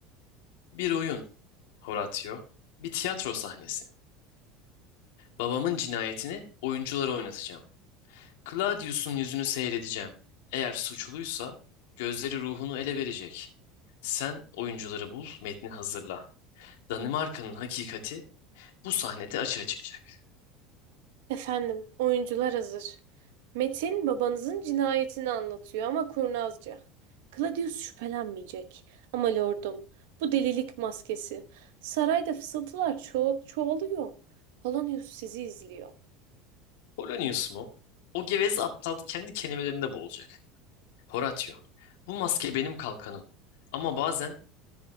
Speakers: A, on the left (about 85°); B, on the right (about 80°).
A: Bir oyun, Horatio. Bir tiyatro sahnesi. Babamın cinayetini oyunculara oynatacağım. Claudius'un yüzünü seyredeceğim. Eğer suçluysa gözleri ruhunu ele verecek. Sen oyuncuları bul, metni hazırla. Danimarka'nın hakikati bu sahnede açığa çıkacak.
B: Efendim, oyuncular hazır. Metin babanızın cinayetini anlatıyor ama kurnazca. Claudius şüphelenmeyecek. Ama lordum, bu delilik maskesi. Sarayda fısıltılar ço çoğalıyor. Polonius sizi izliyor.
A: Polonius mu? O gevez aptal kendi kelimelerinde boğulacak. Horatio. Bu maske benim kalkanım. Ama bazen,